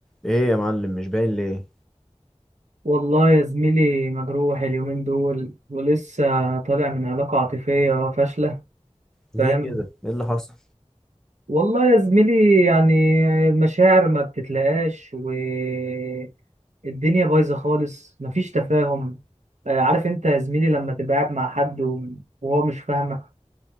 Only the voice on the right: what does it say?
والله يا زميلي مجروح اليومين دول ولسه طالع من علاقة عاطفية فاشلة
فاهم
والله يا زميلي يعني المشاعر ما بتتلاقاش والدنيا بايظة خالص مفيش تفاهم آه، عارف انت يا زميلي لما تبقى قاعد مع حد و- وهو مش فاهمك